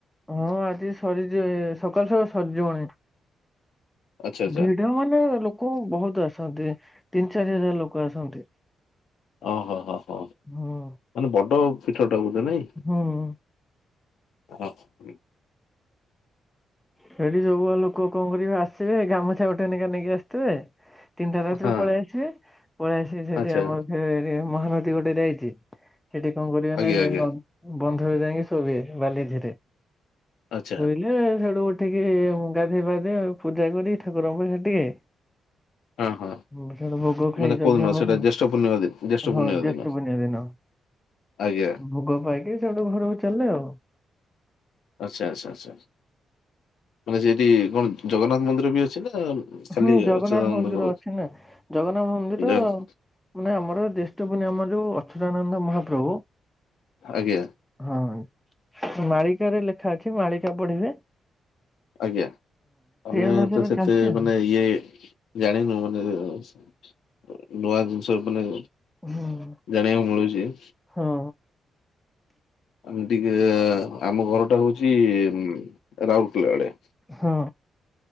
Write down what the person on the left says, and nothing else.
ଆଚ୍ଛା ଆଚ୍ଛା
ଓ ହୋ ହ ହଁ ମାନେ
ବଡ ପିଠଟେ ଟଧ ନାଇଁ।
<inaudible>
ହଁ
ଆଚ୍ଛା
ଆଜ୍ଞା
ଆଜ୍ଞା
ଆଚ୍ଛା
ହଁ ହଁ।
ମାନେ
କୋଉଦିନ ସେଇଟା
ଜ୍ୟେଷ୍ଠ ପୂର୍ଣ୍ଣିମା ଦିନ ଜ୍ୟେଷ୍ଠ
ପୂର୍ଣ୍ଣିମା
ଦିନ
ଆଜ୍ଞା।
ଆଚ୍ଛା ଆଚ୍ଛା ଆଚ୍ଛା। ମାନେ ସେଇଠି କଣ ଜଗନ୍ନାଥ ମନ୍ଦିର ବି ଅଛି ନା ଖାଲି
ଅଚ୍ୟୁତାନନ୍ଦଙ୍କର
ଜଗନ୍ନାଥ
ଆଜ୍ଞା।
ଆଜ୍ଞା ଆମେ
ତ ସେତେ
ମାନେ
ଇଏ। ଜାଣିନୁ ମାନେ ନୂଆ ଜିନିଷ ମାନେ।
ଜାଣିବାକୁ ମିଳୁଛି।
ଆମେ ଟିକେ ଆମ ଘରଟା ହଉଛି ରାଉରକେଲା ଆଡ଼େ।